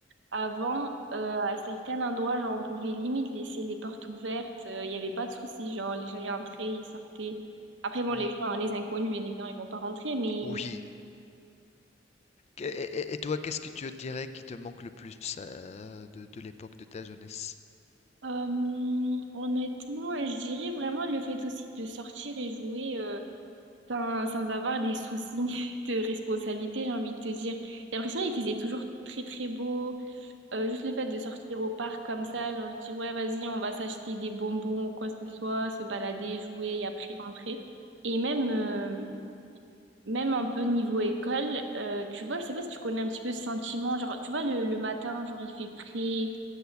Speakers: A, on the right; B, on the left.
A: Avant, euh, à certains endroits, genre, on pouvait limite laisser les portes ouvertes. euh, Il n'y avait pas de souci. Genre, les gens y entraient, ils sortaient. Après, bon,
B: mm,
A: les gens, les inconnus, bien évidemment, ils vont pas rentrer. Mais
B: oui. Et, et- et toi, qu'est-ce que tu dirais qui te manque le plus euh, de, de l'époque de ta jeunesse?
A: euh, honnêtement, je dirais vraiment le fait aussi de sortir et jouer euh, sans, sans avoir des soucis <laughs> de responsabilité, j'ai envie de te dire. J'ai l'impression qu'il faisait toujours très, très beau. Euh, juste le fait de sortir au parc comme ça, genre je dis ouais, vas-y, on va s'acheter des bonbons ou quoi que ce soit, se balader, jouer et après rentrer. Et même, euh, même un peu niveau école, euh, tu vois, je sais pas si tu connais un petit peu ce sentiment, genre tu vois, le, le matin, genre il fait frais,